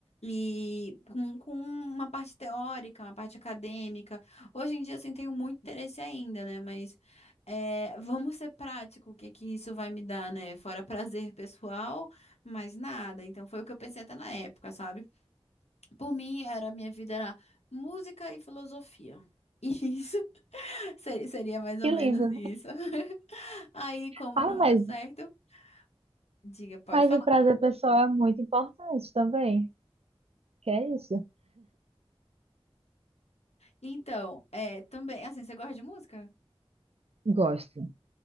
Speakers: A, on the left (about 85°); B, on the right (about 70°).
A: E com, com uma parte teórica, uma parte acadêmica. Hoje em dia, assim, tenho muito interesse ainda, né? Mas é, vamos ser prático, o que que isso vai me dar, né? Fora prazer pessoal. Mais nada. Então foi o que eu pensei até na época, sabe? Por mim, era minha vida era música e filosofia. Isso. <laughs> Se- Seria mais ou
B: Que
A: menos
B: lindo.
A: isso. <laughs> Aí, como
B: Fala
A: não
B: mais,
A: dá certo, diga, pode
B: Mas
A: falar.
B: o prazer pessoal é muito importante também. Que é isso?
A: Então, é, também, assim, você gosta de música?
B: Gosto